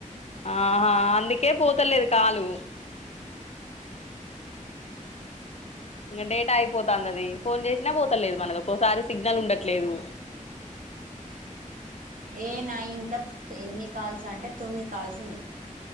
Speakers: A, on the left (about 55°); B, on the right (about 85°).
A: ఆ ఆహా అందుకే పోతు ల్ కాలు ఇంకా డేటా అయిపోతుంది అది ఫోన్ చేసినా పోతు తలేదు మనకు ఒక్కోసారి సిగ్నల్ ఉండట్లేదు
B: ఏ నాయి ఇంకా ఎన్ని కాల్స్ అంటే తొమ్మిది కాల్స్ ఉన్నాయి